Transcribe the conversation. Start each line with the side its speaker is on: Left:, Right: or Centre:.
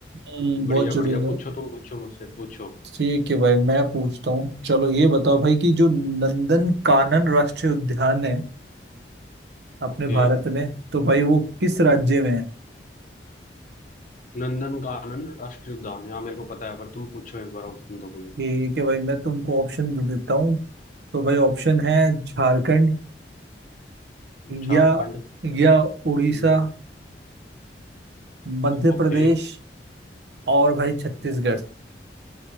Right: हम्म,
Left: बढ़िया
Right: बहुत जरूरी
Left: बढ़िया पूछो
Right: है
Left: तुम पूछो मुझसे पूछो
Right: ठीक है भाई मैं पूछता हूँ चलो ये बताओ भाई कि जो नंदन कानन राष्ट्रीय उद्यान है अपने
Left: ओके
Right: भारत में तो भाई वो किस राज्य में है
Left: नंदन कानन राष्ट्रीय उद्यान यहाँ मेरे को पता है पर तुम पूछो एक बार ऑप्शन दो मुझे
Right: ठीक है भाई मैं तुमको ऑप्शन दे देता हूँ तो भाई ऑप्शन है झारखंड
Left: झारखंड
Right: या या उड़ीसा
Left: न,
Right: मध्य
Left: ओके
Right: प्रदेश और भाई छत्तीसगढ़